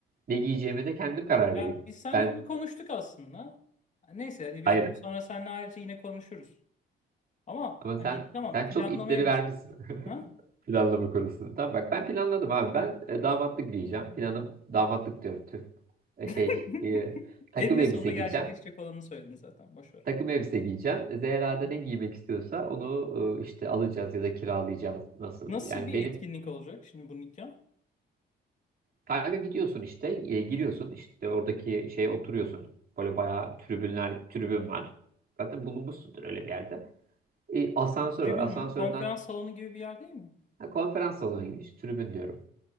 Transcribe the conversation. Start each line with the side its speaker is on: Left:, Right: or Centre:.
Right: Ne giyeceğime de kendim karar
Left: Ya
Right: vereyim.
Left: biz seninle
Right: Ben
Left: bunu konuştuk aslında. Neyse hani biz
Right: hayır
Left: bunu sonra seninle ayrıca yine konuşuruz. Ama
Right: ama sen
Left: hani tamam
Right: sen
Left: planlamaya
Right: çok ipleri vermişsin.
Left: bir şey.
Right: <laughs>
Left: Ha?
Right: Planlama konusunda. Tamam bak ben planladım abi. Ben e, damatlık giyeceğim. Planım damatlık diyorum. Tüh. E,
Left: <laughs>
Right: şey e, takım
Left: Eninde
Right: elbise
Left: sonunda
Right: giyeceğim.
Left: gerçekleşecek olanı söyledin zaten. Boş ver.
Right: Takım elbise giyeceğim. E, Zehra
Left: Hı
Right: da
Left: hı.
Right: ne giymek istiyorsa onu e, işte alacağız ya da kiralayacağız. Nasıl?
Left: Nasıl
Right: Yani
Left: bir
Right: benim
Left: etkinlik olacak şimdi bu nikah?
Right: kanka gidiyorsun işte e, giriyorsun işte oradaki şeye oturuyorsun. Böyle bayağı tribünler tribün var. Zaten bulunmuşsundur öyle bir yerde. E, asansör
Left: Tribün
Right: var. Asansörden
Left: mü? Konferans salonu gibi bir yer değil mi?
Right: ha, konferans salonuna gidiyorsun. Tribün diyorum.